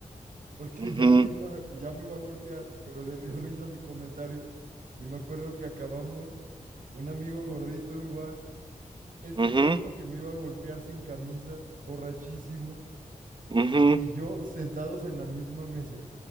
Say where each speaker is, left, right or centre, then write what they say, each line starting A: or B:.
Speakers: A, on the right; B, on the right.
A: porque
B: Ujú,
A: ya me iba, ya me iba a golpear, pero le dio risa a mi comentario. Y me acuerdo que acabamos, un amigo gordito igual, este
B: ujú,
A: compa que me iba a golpear sin camisa, borrachísimo,
B: ujú.
A: y yo sentados en la misma mesa.